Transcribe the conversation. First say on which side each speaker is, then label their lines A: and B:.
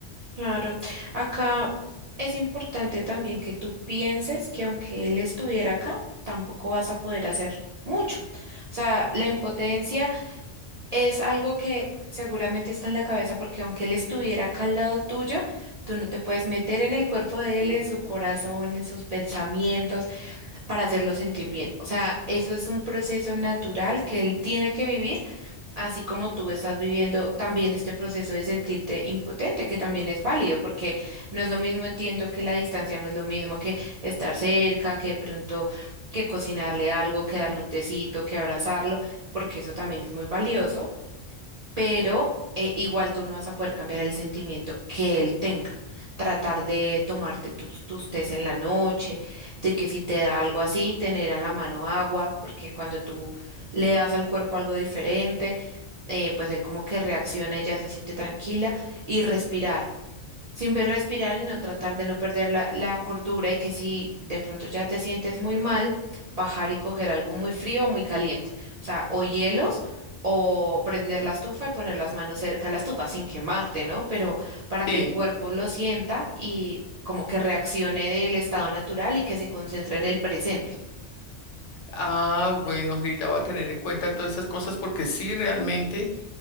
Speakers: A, on the right (about 60°); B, on the left (about 80°).
A: claro, acá es importante también que tú pienses que aunque él estuviera acá, tampoco vas a poder hacer mucho. O sea, la impotencia es algo que seguramente está en la cabeza porque aunque él estuviera acá al lado tuyo, tú no te puedes meter en el cuerpo de él, en su corazón, en sus pensamientos para hacerlo sentir bien. O sea, eso es un proceso natural que él tiene que vivir, así como tú estás viviendo también este proceso de sentirte impotente, que también es válido, porque no es lo mismo, entiendo que la distancia no es lo mismo que estar cerca, que de pronto que cocinarle algo, que darle un tecito, que abrazarlo, porque eso también es muy valioso pero eh, igual tú no vas a poder cambiar el sentimiento que él tenga. Tratar de tomarte tus, tus tés en la noche, de que si te da algo así, tener a la mano agua, porque cuando tú le das al cuerpo algo diferente, eh, pues él como que reacciona y ya se siente tranquila y respirar. Siempre respirar y no tratar de no perder la, la cordura y que si de pronto ya te sientes muy mal, bajar y coger algo muy frío o muy caliente. O sea, o hielos o prender la estufa y poner las manos cerca a la estufa sin quemarte, ¿no? Pero para
B: Sí.
A: que el cuerpo lo sienta y como que reaccione del estado natural y que se concentre en el presente.
B: Ah, bueno, Rita, voy a tener en cuenta todas esas cosas porque sí, realmente,